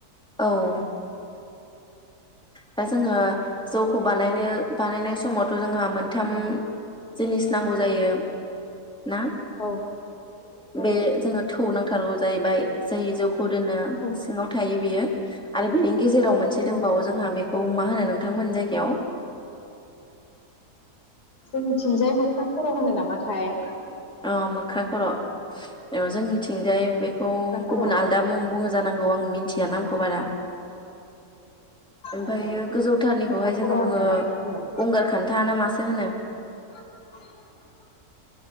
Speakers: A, in the centre; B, on the left.
A: औ दा जोङो जौखौ बानायनो बानायनाय समावथ' जोंहा मोनथाम जिनिस नांगौ जायो ना
B: औ जायो
A: बे जोङो थौ नांथारगौ जायैबाय जायो जौ खौ दोनो
B: औ
A: सिङाव थायो बियो आरो बिनि गेजेराव मोनसे दंबावो
B: औ
A: जोंहा बेखौ
B: औ
A: मा होनो नोंथांमोनि जायगायाव
B: जोंथिंजाय मोख्रा खर' होनो नामाथाय
A: औ मोख्रा खर' औ जोंनिथिंजाय बेखौ
B: मोख्रा खर'
A: गुबुन
B: औ
A: आलदा
B: ओ
A: मुं बुङो जानांगौ आं मिनथिया ना आंखौ बारा ओमफाय
B: ओ
A: गोजौथारनिखौहाय
B: मोख्रा खर'
A: जोङो
B: होनो
A: बुङो
B: दा जोंनियाव
A: गंगार खान्था ना मासो होनो
B: <unintelligible>